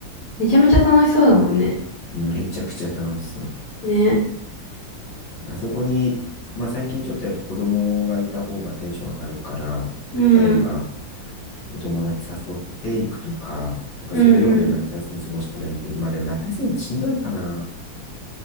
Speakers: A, on the left; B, on the left.
A: めちゃめちゃ楽しそうだもんね。
B: うんめちゃくちゃ楽しそ
A: ね。
B: う。あそこに、まあ最近ちょっとやっぱ子供がいた方がテンション上がるから、
A: うん。
B: 誰か、お友達誘っていくとか、なんかそういうので夏休み過ごしたらいいけど、
A: うんうん。
B: まあでも夏休みだとしんどいかな。